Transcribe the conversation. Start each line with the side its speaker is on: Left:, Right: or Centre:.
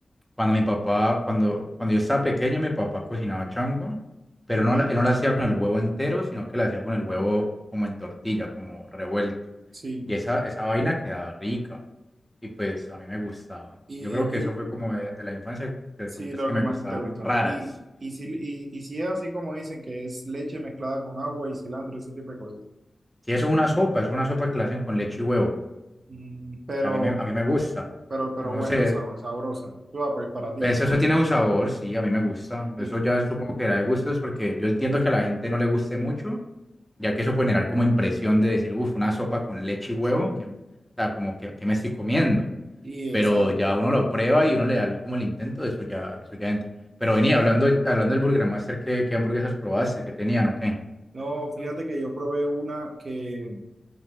Centre: cuando mi papá, cuando, cuando yo estaba pequeño, mi papá cocinaba changua, pero no,
Right: ¿Sí?
Centre: la- él no la hacía con el huevo entero, sino que la hacía con el huevo como en tortilla, como revuelto.
Right: Sí,
Centre: Y esa, esa vaina quedaba rica. Y pues a mí me gustaba.
Right: y,
Centre: Yo creo que eso
Right: y
Centre: fue como de, de la infancia, de
Right: sí,
Centre: cositas
Right: lo
Centre: que
Right: que
Centre: me
Right: más
Centre: gustaban
Right: te gustó.
Centre: raras.
Right: Y, y, si, y, y si es así como dicen, que es leche mezclada con agua y cilantro, ese tipo de cosas.
Centre: Sí, eso es una sopa, es una sopa que la hacen con leche y huevo.
Right: Mm, pero,
Centre: Y a mí me, a mí me gusta.
Right: pero, pero
Centre: No
Right: buena,
Centre: sé,
Right: sab- sabrosa. Tú, ah, pues para ti.
Centre: eso, eso tiene un sabor, sí, a mí me gusta.
Right: Sí,
Centre: Eso ya supongo que era de gustos porque yo entiendo que a la gente no le guste mucho, ya que eso puede generar como impresión de decir, uff, una sopa con leche y huevo,
Right: sí.
Centre: que, o sea, como que, que me estoy comiendo.
Right: Y exacto.
Centre: Pero ya uno lo prueba y uno le da el- como el intento, eso ya, eso ya entra. Pero venía hablando, hablando del Burger Master, ¿qué, qué hamburguesas probaste? ¿Qué tenían o qué?
Right: No, fíjate que yo probé una que